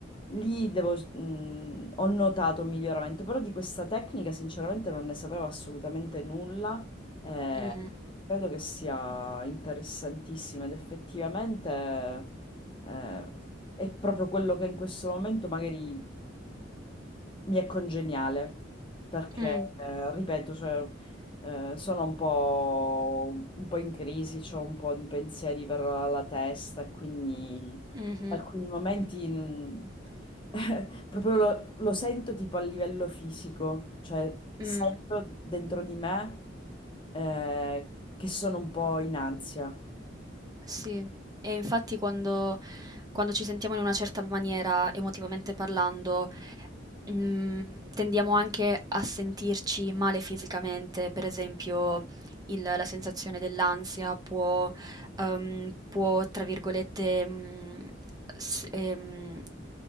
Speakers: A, on the left; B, on the right.
A: lì devo, mh, ho notato un miglioramento, però di questa tecnica sinceramente non ne sapevo assolutamente nulla. eh,
B: Mh-mh.
A: credo che sia interessantissima ed effettivamente, eh, è proprio quello che in questo momento magari mi è congeniale perché,
B: Mh.
A: eh, ripeto, cioè, eh, sono un po', un po' in crisi, ho un po' di pensieri per la testa e quindi
B: Mh-mh.
A: alcuni momenti mm, <laughs> proprio lo, lo sento tipo a livello fisico, cioè sento
B: Mh.
A: dentro di me eh, che sono un po' in ansia.
B: Sì, e infatti quando, quando ci sentiamo in una certa maniera, emotivamente parlando, mm, tendiamo anche a sentirci male fisicamente, per esempio il- la sensazione dell'ansia può, ehm, può, tra virgolette, mm, s- ehm,